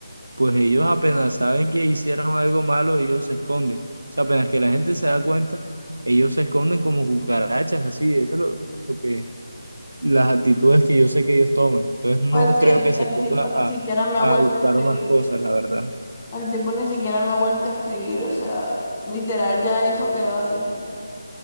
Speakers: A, on the right; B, on the left.
A: pues ellos apenas saben que hicieron algo malo, ellos se esconden. O sea, apenas que la gente se da cuenta, ellos se esconden como cucarachas, así, eso es lo, lo que las actitudes que yo sé que ellos toman. Entonces no
B: Pues sí,
A: creo
B: el,
A: que se
B: el
A: ponga
B: tipo
A: a,
B: ni siquiera me
A: a
B: ha vuelto
A: buscar
B: a escribir.
A: más cosas, la verdad.
B: El tipo ni siquiera me ha vuelto a escribir. O sea, literal ya eso quedó así.